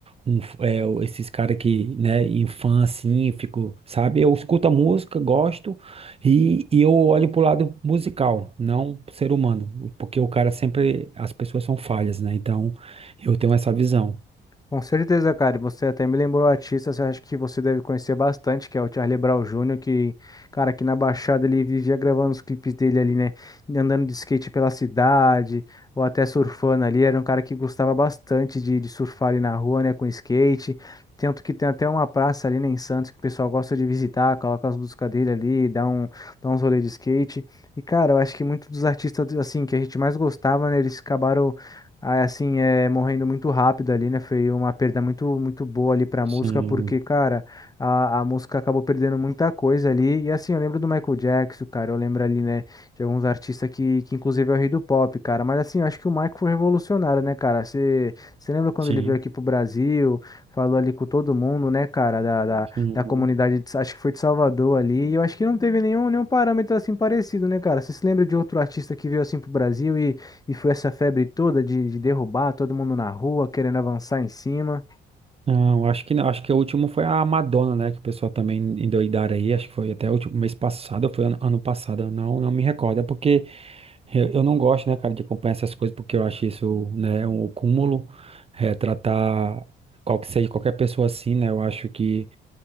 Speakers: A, on the right (about 30°); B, on the left (about 20°).
A: um f- é, esses caras que, né, em fã assim, fico, sabe? Eu escuto a música, gosto. E, e eu olho pro lado musical, não pro ser humano, porque o cara sempre, as pessoas são falhas, né? Então, eu tenho essa visão.
B: Com certeza, cara. E Você até me lembrou artistas, eu acho que você deve conhecer bastante, que é o Charlie Brown Júnior que, cara, aqui na Baixada ele vivia gravando os clipes dele ali, né? Andando de skate pela cidade, ou até surfando ali. Era um cara que gostava bastante de, de surfar ali na rua, né? Com skate. Tanto que tem até uma praça ali, né, em Santos, que o pessoal gosta de visitar, coloca as músicas dele ali, dá um, dá uns rolês de skate. E, cara, eu acho que muitos dos artistas, assim, que a gente mais gostava, né? Eles acabaram Aí, assim, é, morrendo muito rápido ali, né? Foi uma perda muito, muito boa ali pra música,
A: Sim,
B: porque, cara, a, a música acabou perdendo muita coisa ali. E, assim, eu lembro do Michael Jackson, cara, eu lembro ali, né, de alguns artistas que, que inclusive, é o rei do pop, cara. Mas, assim, eu acho que o Michael foi revolucionário, né, cara? Você lembra quando
A: sim.
B: ele veio aqui pro Brasil, falou ali com todo mundo, né, cara, da, da,
A: uhum.
B: da comunidade, de- acho que foi de Salvador ali. E eu acho que não teve nenhum, nenhum parâmetro, assim, parecido, né, cara? Você se lembra de outro artista que veio, assim, pro Brasil e foi essa febre toda de, de derrubar todo mundo na rua, querendo avançar em cima.
A: Não, acho que não, acho que o último foi a Madonna, né? Que o pessoal também endoidaram aí, acho que foi até o último mês passado, ou foi ano, ano passado, eu não, não me recordo, é porque eu, eu não gosto, né, cara, de acompanhar essas coisas, porque eu acho isso, né, um cúmulo, é, tratar qual que seja, qualquer pessoa assim, né? Eu acho que